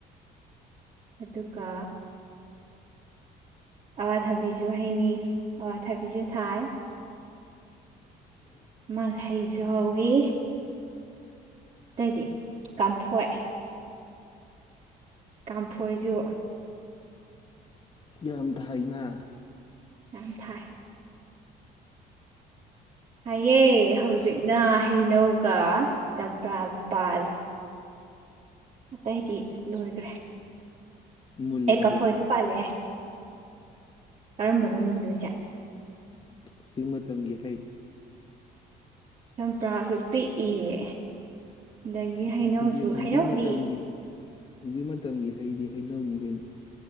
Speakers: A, on the right (about 45°); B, on the left (about 30°).
A: ꯑꯗꯨꯒ ꯑꯋꯥꯊꯥꯕꯤꯁꯨ ꯍꯩꯅꯤ ꯑꯋꯥꯊꯥꯕꯤꯁꯨ ꯊꯥꯏ
B: ꯎ
A: ꯃꯥꯜ ꯍꯩꯖꯧꯋꯤ ꯑꯇꯩꯗꯤ ꯀꯝꯐꯣꯏ ꯇꯝꯐꯣꯏꯁꯨ
B: ꯌꯥꯝ ꯊꯥꯏꯅ
A: ꯌꯥꯪ ꯊꯥꯏ ꯍꯥꯏꯌꯦ ꯍꯧꯖꯤꯛꯅ ꯍꯩꯅꯧꯒ ꯆꯝꯄ꯭ꯔꯥꯒ ꯄꯥꯜꯂꯤ ꯑꯇꯩꯗꯤ ꯂꯣꯏꯈ꯭ꯔꯦ
B: ꯃꯨꯜꯂꯕꯣ
A: ꯑꯦ ꯐꯧꯖꯤꯨ ꯄꯂꯦ ꯀꯔꯝꯕꯅꯣ ꯃꯨꯟꯗꯣꯏꯁꯦ
B: ꯍꯧꯖꯤꯛ ꯃꯇꯝꯒꯤ ꯍꯩ
A: ꯆꯝꯄ꯭ꯔꯥꯁꯨ ꯄꯤꯛꯏꯍꯦ ꯑꯗꯒꯤ ꯍꯩꯅꯧꯁꯨ
B: ꯍꯧꯖꯤꯛꯀꯤ ꯍꯧꯖꯤꯛ
A: ꯍꯩꯅꯧꯗꯤ
B: ꯃꯇꯝꯒꯤ ꯍꯧꯖꯤꯛ ꯃꯇꯝꯒꯤ ꯍꯩꯗꯤ ꯍꯩꯅꯧꯅꯤ ꯀꯩꯅꯣ